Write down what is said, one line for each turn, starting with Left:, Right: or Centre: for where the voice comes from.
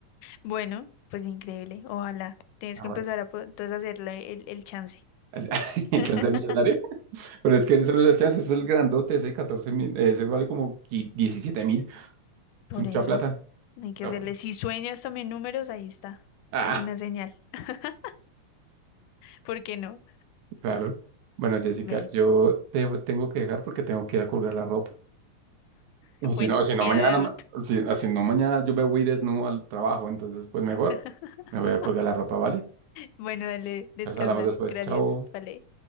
Left: Bueno, pues increíble. Ojalá. Tienes
Right: Ah,
Left: que
Right: bueno.
Left: empezar a po- entonces hacerle el, el chance.
Right: <laughs> El,
Left: <laughs>
Right: chance de millonario. <laughs> Pero es que eso no es el chance, es el grandote, ese 14 mil, ese vale como qui- 17 mil.
Left: Por
Right: Es mucha
Left: eso,
Right: plata.
Left: hay que
Right: Ah,
Left: hacerle.
Right: bueno.
Left: Si sueñas también números, ahí está.
Right: Ah,
Left: Es una señal. <laughs> ¿Por qué no?
Right: <laughs> claro. Bueno, Jessica,
Left: Ve.
Right: yo te tengo que dejar porque tengo que ir a colgar la ropa. O
Left: Bueno,
Right: si no, si no
Left: vida
Right: mañana,
Left: de adulto.
Right: ma- si, si no mañana yo me voy desnudo al trabajo, entonces pues mejor
Left: <laughs>
Right: me voy a colgar la ropa, ¿vale?
Left: Bueno, dale, descansa.
Right: Nos hablamos después,
Left: Gracias.
Right: chao.
Left: Vale.